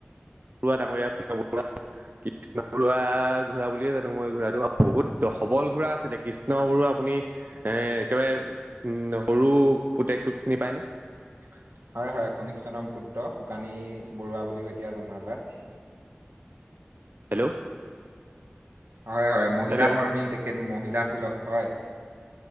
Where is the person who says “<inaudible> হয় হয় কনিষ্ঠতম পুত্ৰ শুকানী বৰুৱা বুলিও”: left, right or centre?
Right